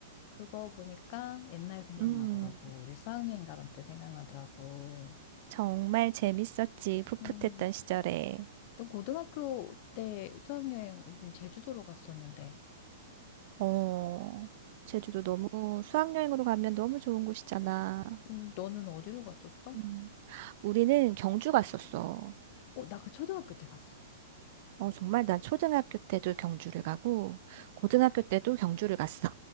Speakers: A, on the left; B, on the right.
A: 그거 보니까 옛날 생각나더라고.
B: 음,
A: 우리 수학여행 가던 때 생각나더라고.
B: 정말 재밌었지. 풋풋했던
A: 음,
B: 시절에.
A: 또 고등학교 때 수학여행 우린 제주도로 갔었는데.
B: 어, 제주도 너무 수학여행으로 가면 너무 좋은 곳이잖아.
A: 음, 너는 어디로 갔었어?
B: 음. 우리는 경주 갔었어.
A: 어, 나 그 초등학교 때 갔어.
B: 어, 정말 난 초등학교 때도 경주를 가고, 고등학교 때도 경주를 갔어.